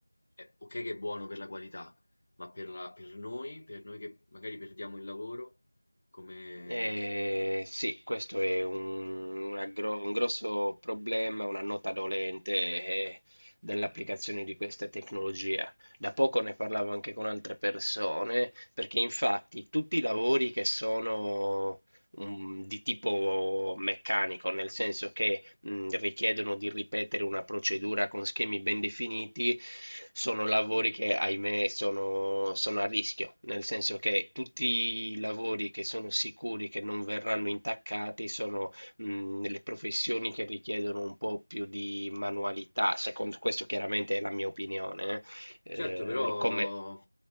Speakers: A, on the left; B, on the right.
A: è ok che è buono per la qualità, ma per la- per noi, per noi che magari perdiamo il lavoro, come,
B: Eh, sì, questo è un, una gro- un grosso problema, una nota dolente eh, dell'applicazione di questa tecnologia. Da poco ne parlavo anche con altre persone, perché infatti tutti i lavori che sono mm, di tipo meccanico, nel senso che mh, richiedono di ripetere una procedura con schemi ben definiti, sono lavori che, ahimè, sono, sono a rischio, nel senso che tutti i lavori che sono sicuri che non verranno intaccati sono mh, le professioni che richiedono un po' più di manualità, secondo questo chiaramente è la mia opinione, eh,
A: Certo, però
B: Eh, come...